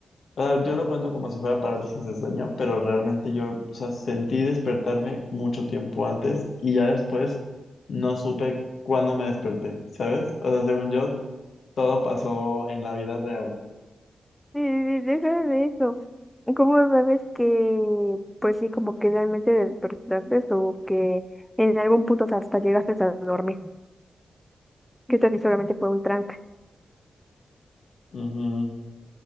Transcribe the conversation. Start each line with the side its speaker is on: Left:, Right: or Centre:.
Left: Ah, yo lo cuento como si fuera parálisis de sueño, pero realmente yo, o sea, sentí despertarme mucho tiempo antes y ya después no supe cuándo me desperté, ¿sabes? O sea, según yo, todo pasó en la vida real.
Centre: Sí, sí, sí, deja de eso. ¿Cómo sabes que, pues sí, como que realmente despertaste o que en algún punto hasta llegaste a dormir? Que esto sí solamente fue un trance.
Left: Ujú.